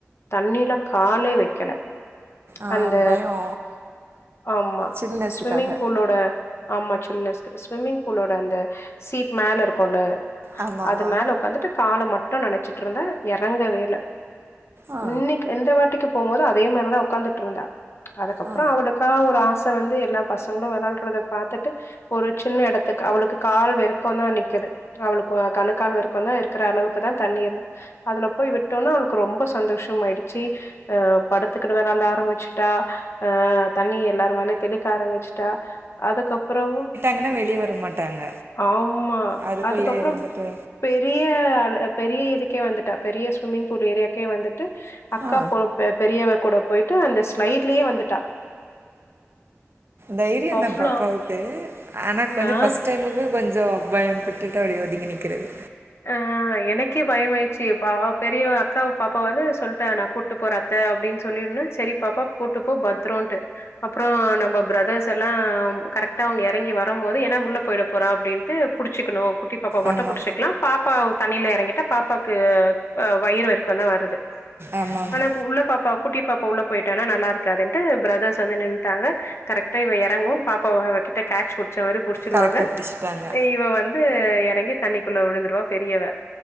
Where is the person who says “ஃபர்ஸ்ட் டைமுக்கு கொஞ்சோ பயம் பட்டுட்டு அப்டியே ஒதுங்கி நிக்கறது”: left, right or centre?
Right